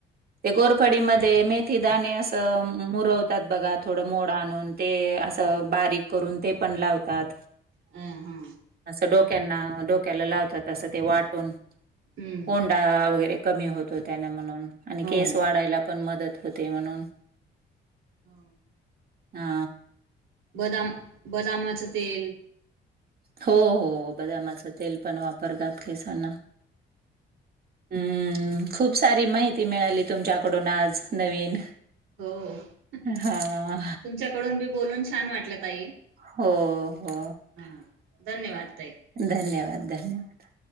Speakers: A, on the right (about 50°); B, on the right (about 85°).
A: ते कोरफडीमध्ये मेथी दणे असं मुरवतात बघा थोडं मोड आणून ते. असं बारीक करून ते पण लावतात.
B: अ हा
A: असं डोक्यांना डोक्याला लावतात असं ते वाटून.
B: हम्म
A: कोंडा वगैरे कमी होतो, त्यांना म्हणून आणि
B: हो
A: केस वाढायला पण मदत. होते ते म्हणून.
B: हा.
A: हा.
B: बदाम बदमच तेल.
A: हो हो बदामाचं तेल पण वापरतात केसांना. हम्म खूप सारी माहिती मिळाली तुमच्याकडून आज नवीन.
B: हो हम्म हम्म
A: हा
B: तुमच्याकडून बी बोलून छान वाटलं ताई.
A: हो हो
B: हा धन्यवाद ताई
A: धन्यवाद धन्यवाद.